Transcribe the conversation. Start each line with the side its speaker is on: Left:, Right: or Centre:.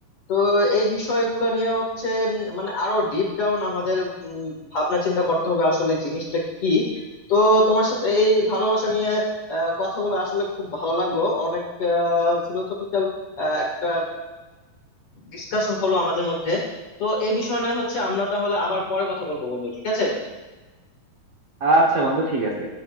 Left: তো এই বিষয়গুলো নিয়ে হচ্ছে উম, মানে আরো ডিপ ডাউন আমাদের উম, ভাবনা চিন্তা করতে হবে আসলে জিনিসটা কি তো তোমার সাথে এই ভালোবাসা নিয়ে আহ, কথা বলে আসলে খুব ভালো লাগলো অনেক ফিলোসফিক্যাল একটা ডিসকাশন হলো আমাদের মধ্যে তো এই বিষয় না হচ্ছে আমরা তাহলে আবার পরে কথা বলবো বন্ধু ঠিক আছে
Right: আচ্ছা বন্ধু ঠিক আছে